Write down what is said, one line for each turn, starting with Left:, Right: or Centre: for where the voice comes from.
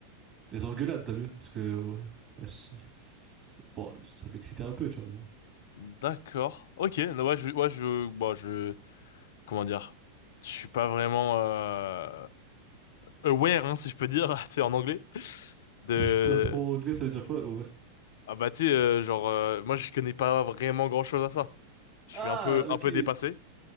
Right: les engueulades, t'as vu? Parce que, ouais, ouais, je- ça- bon, ça m'excitait un peu, tu vois, mais
Left: D'accord. Ok, non, ouais, je, ouais, je, bon, je, comment dire, je suis pas vraiment euh, aware, hein, si je peux dire, <laughs> tu sais, en anglais, de,
Right: <laughs> je suis pas trop anglais, ça veut dire quoi? Ouais.
Left: ah bah tu sais, euh, genre, euh, moi je connais pas vraiment grand-chose à ça. Je
Right: Ah,
Left: suis un peu,
Right: ok.
Left: un peu dépassé,